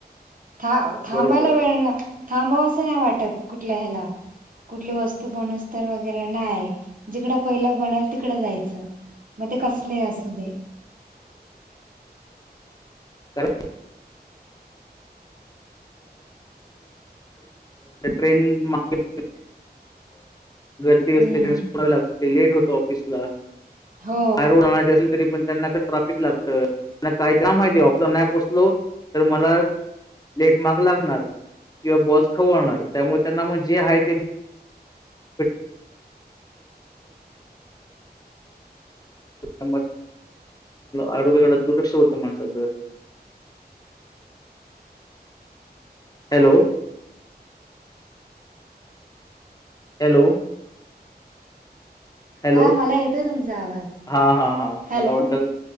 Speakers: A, on the right (about 55°); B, on the left (about 20°).
A: थ थांबायला
B: बरोबर
A: वेळ थांबावं असं नाही वाटत कुठल्या ह्याला कुठली वस्तू बनस् तर वगैरे नाही जिकडं पहिलं बनाल तिकडं जायचं मग ते कसले असू दे
B: कारण ट्रेन मात गर्दी असते
A: हम्म
B: केलं सोडावी लागते लेट होत ऑफिसला
A: हो
B: बाय रोड राहची असेल तरी पण त्यांना ट्राफिक लागत काय का माहिती ऑफिसला नाही पोचलो तर मला लेटमार्क लागणार किंवा बॉस खवळणार त्यामुळे त्यांना मग जे आहे ते <inaudible> म आरोग्याकडे दुर्लक्ष होतं माणसाचं हॅलो हॅलो हॅलो
A: हा मला येतोय तुमचा आवाज
B: हा हा हा
A: हॅलो
B: मला वाटलं